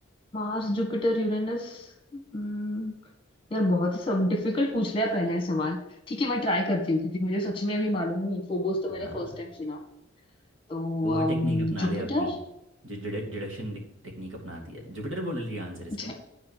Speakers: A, on the left (about 25°); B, on the right (about 80°).
A: Mars Jupiter Uranus हम्म यार बहुत ही सब डिफिकल्ट पूछ लिया पहला ही सवाल ठीक है मैं ट्राई करती हूँ क्योंकि मुझे सच में अभी मालूम नहीं फोबोस तो
B: <laughs>
A: मैंने फर्स्ट टाइम सुना तो
B: वो
A: अम,
B: टेक्निक अपना
A: जुपिटर
B: ले अपनी जो डिडक्शन टेक्निक अपनाती है जुपिटर बोल लिया आंसर इसका
A: ज-